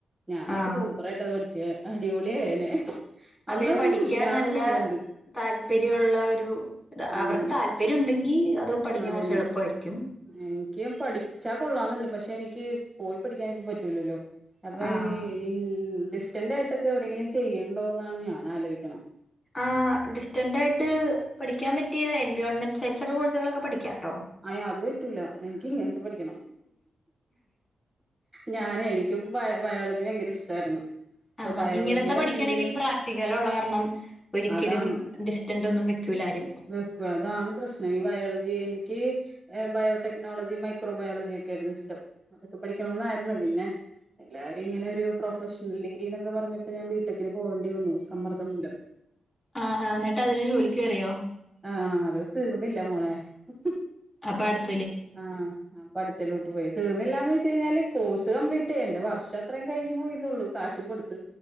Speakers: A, on the right; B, on the left.
A: ഞാനൊക്കെ
B: ആഹ്
A: സൂപ്പറായിട്ട് അത് പഠി ച്ച് അടിപൊളിയായേനെ.
B: അ
A: അന്നതൊന്നും
B: പിന്നെ പഠിക്കാൻ
A: ഇല്ലാന്ന്
B: നല്ല
A: തോന്നുന്നുണ്ട്
B: താല്പര്യമുള്ള ഒരു അവർക്ക്
A: ആഹ്
B: താല്പര്യം ഉണ്ടെങ്കി അത് പഠിക്കാൻ
A: അതന്നെ
B: കുറച്ച് എളുപ്പായിരിക്കും
A: എനക്കും പഠിച്ചാ കൊള്ളാന്ന്ണ്ട് പക്ഷെ എനി ക്ക് പോയി പഠിക്കാൻ ഒന്നും പറ്റൂല അപ്പൊ
B: ആഹ്
A: ഈ ഡിസ്റ്റൻഡ് ആയിട്ടൊക്കെ എവിടെങ്കിലും ചെ ചെയ്യണ്ടോന്നാണ് ഞാൻ ആലോയിക്കണേ
B: ആ ഡിസ്റ്റന്റ് ആയിട്ട് പഠിക്കാൻ പറ്റിയ എൻവയോൺമെന്റ് സയൻസ് കോഴ്സുകളക്കെ പഠിക്കാട്ടോ
A: അയ് അത് പറ്റൂല എനിക്കിങ്ങനത്തെ പഠിക്ക ഞാൻ എനിക്ക് ബയോളജി ഭയങ്കര ഇഷ്ടമായിരുന്നു അപ്പൊ
B: ആഹ്
A: ബയോളജിയുടെ
B: ഇങ്ങനത്തെ പഠിക്കണെങ്കിൽ
A: എന്തെങ്കിലും
B: പ്രാക്ടിക്കലുള്ള കാരണം ഒരിക്കലും
A: അതാണ്
B: ഡിസ്റ്റന്റ് ഒന്നും വെക്കൂലാരും.
A: വെക്ക അതാണ് പ്രശ്നം ഈ ബയോള <unintelligible> എനിക്ക് ബയോടെക്നോളജി മൈക്രോ ബയോളജി ഒക്കെ ആയിരുന്നു ഇഷ്ടം അതൊക്കെ പഠിക്കണന്നായിരുന്നു പിന്നെ എല്ലാവാരും ഇങ്ങനെ ഒരു പ്രൊഫഷണൽ ഡിഗ്രി എന്നൊക്കെ പറഞ്ഞ് അപ്പൊ ഞാൻ ബിട്ടെക്കിന് പോകേണ്ടി വന്നു സമ്മർദ്ദം മൂലം
B: ആഹ് ആഹ് എന്നിട്ട് അതിന് ജോലിക്ക് കേറിയോ?
A: ആഹ അത് തീർന്നില്ല മോളെ ഓക്
B: പട്
A: ആഹ ആ പഠത്തിലോട്ട് പോയി തീന്നില്ലാ കഴിഞ്ഞാല് കോഴ്സ് കംപ്ലീറ്റ് എന്റെ വർഷം അത്രയും കഴിഞ്ഞ് പോയിരുന്നുള്ളു കാശും കൊടുത്ത്